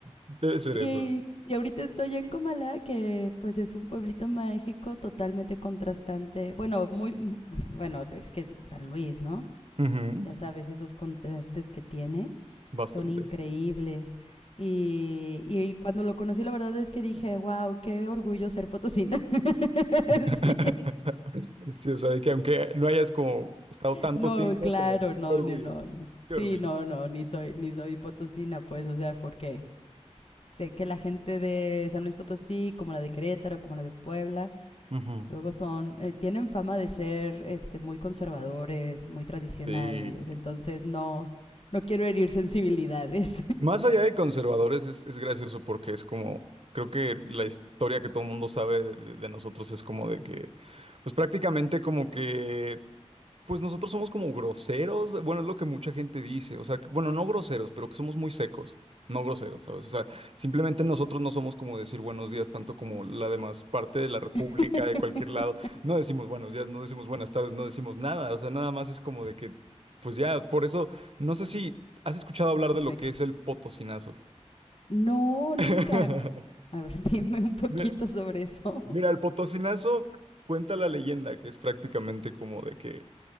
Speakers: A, on the right; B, on the left.
A: Debe ser
B: Y,
A: eso.
B: y ahorita estoy en Comala, que pues es un pueblito mágico totalmente contrastante. Bueno, muy... Bueno, es que es San Luis, ¿no?
A: Ujú,
B: Ya sabes, esos contrastes que tiene
A: Bastante.
B: son increíbles. Y, y cuando lo conocí, la verdad es que dije, wow, qué orgullo ser potosina. <laughs>
A: <laughs>
B: sí.
A: Sí, o sea, de que aunque no hayas como estado tanto
B: No,
A: tiempo,
B: claro,
A: pero
B: no,
A: qué orgullo,
B: no, no. Sí,
A: qué orgullo.
B: no, no, ni soy, ni soy potosina, pues, o sea, porque sé que la gente de San Luis Potosí, como la de Querétaro, como la de Puebla,
A: Ujú.
B: luego son, eh, tienen fama de ser, este, muy conservadores, muy tradicionales,
A: Sí.
B: entonces no, no quiero herir sensibilidades.
A: Más allá de conservadores, es, es gracioso porque es como, creo que la historia que todo el mundo sabe de, de- de nosotros es como de que, pues prácticamente como que Pues nosotros somos como groseros, bueno, es lo que mucha gente dice, o sea, que- bueno, no groseros, pero que somos muy secos, no groseros, ¿sabes? O sea, simplemente nosotros no somos como decir buenos días tanto como la demás parte de la república,
B: <laughs>
A: de cualquier lado, no decimos buenos días, no decimos buenas tardes, no decimos nada, o sea, nada más es como de que, pues ya, por eso, no sé si has escuchado hablar
B: Correcto.
A: de lo que es el potosinazo.
B: No, nunca.
A: <laughs>
B: A ver, <laughs> dime un poquito
A: Mira,
B: sobre eso.
A: mira, el potosinazo cuenta la leyenda que es prácticamente como de que